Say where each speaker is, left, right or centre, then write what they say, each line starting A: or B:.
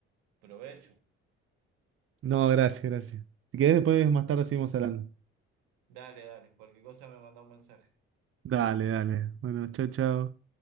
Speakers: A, on the right; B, on the right.
A: provecho.
B: No, gracias, gracias. Si querés, después más tarde seguimos hablando.
A: Dale, dale. Cualquier cosa me manda un mensaje.
B: Dale, dale. Bueno, chao, chao.